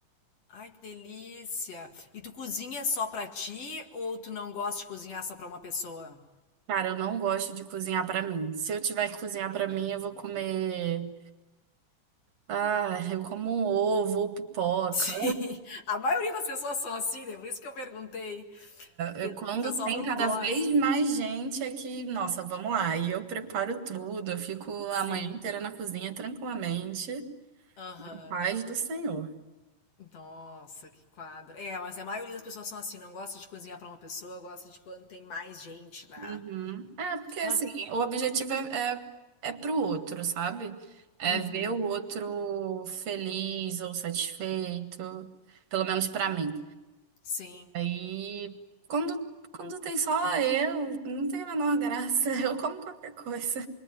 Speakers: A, on the left; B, on the right.
A: Ai, que delícia. E tu cozinha só pra ti ou tu não gosta de cozinhar só pra uma pessoa?
B: Cara, eu não gosto de cozinhar pra mim. Se eu tiver que cozinhar pra mim,
A: Pois
B: eu
A: é.
B: vou comer.
A: <laughs>
B: Ah, eu como um ovo ou pipoca.
A: Sim, a maioria das pessoas são assim, né? Por isso que eu perguntei. O pe-
B: Eu- quando
A: o pessoal
B: tem
A: não
B: cada
A: gosta.
B: vez mais gente é que, nossa, vamos lá. E eu preparo tudo, eu fico
A: Sim.
B: a manhã inteira na cozinha tranquilamente.
A: Aham.
B: Paz do Senhor.
A: Nossa, que quadro. É, mas a maioria das pessoas são assim, não gosta de cozinhar pra uma pessoa, gosta de quando tem mais gente, né?
B: Uhum. É, porque assim,
A: Mas,
B: o objetivo é, é, é pro outro, sabe? É
A: uhum,
B: ver o outro feliz ou satisfeito, pelo menos pra mim.
A: sim.
B: Aí, quando, quando tem só eu, não tem a menor graça, <laughs> eu como qualquer coisa.